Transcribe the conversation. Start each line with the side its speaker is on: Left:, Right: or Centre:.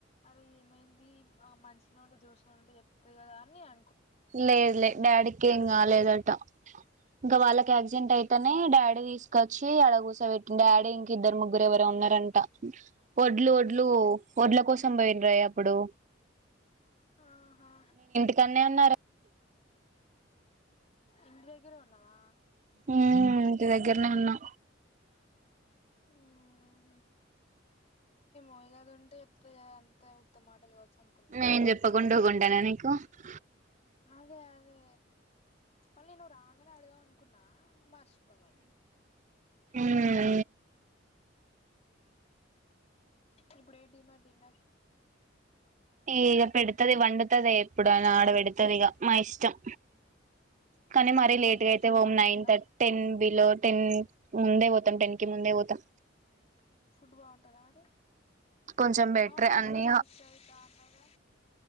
Left: అదే ఏమైంది ఆ మంచిన ఉంటే జ్యోసిన ఉంటే చెప్తంది కదా అని అ
Right: లేదు లే డాడీకి ఏం కాలేదట ఇంక వాళ్ళకి ఆక్సిడెంట్ అయితేనే డాడీ తీసు వచ్చి అడ కూస పెట్టి డాడీ ఇంక ఇద్దరు ముగ్గురు ఎవర ఉన్నారంట వడ్లు వడ్లు వడ్ల కోసం పోయినరే అప్పుడు
Left: ఆహా
Right: <unintelligible>
Left: ఇంటి దగ్గరే ఉన్నావా
Right: ఉ ఇంటి దగ్గరనే ఉన్నా
Left: ఉహు <unintelligible> ఉంటే చెప్తే అంతా ఉత్తమ మాటలు కావచ్చు అను
Right: నేన్ చెప్ప కుండ <unintelligible>
Left: అదే అదే మళ్ళీ నేను రాగానే అడుగుదాం అనుకున్నా మర్స్ <unintelligible>
Right: హు
Left: ఇప్పుడు <unintelligible> డిన్నర్
Right: ఈక పె పెడుతది వంతదే ఎప్పుడు నా ఆడవ పెడతది ఇక మా ఇష్టం కానీ మారే
Left: మ్మ్
Right: లే అయితే <unintelligible>
Left: బాగుంటుందా
Right: నైన్ టెన్ బిలో టెన్ ముందే పోతాం టెన్ కి ముందే పోతాం
Left: ఫుడ్ బాగుంటంద మరి
Right: కొంచెం బెటరే
Left: అవును హాస్టల్
Right: అన్ని
Left: షిఫ్ట్ అయిత అన్నావు గా